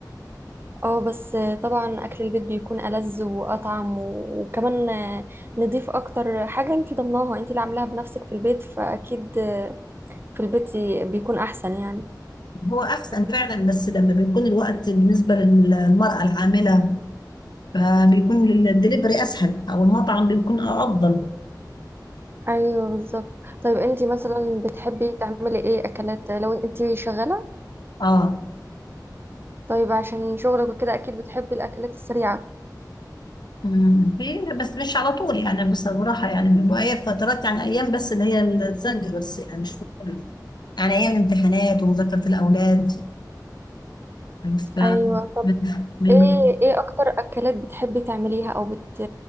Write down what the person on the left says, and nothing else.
هو أحسن فعلا بس لما بيكون الوقت بالنسبة للمرأة العاملة فبيكون الدليفري أسهل أو المطعم بيكون أفضل
اه
أمم، في بس مش على طول يعني بصراحة يعني بيبقى هي فترات يعني أيام بس اللي هي الزنجة بس يعني مش كتير. يعني ايام الامتحانات ومذاكره الاولاد ف-
بن-
بن-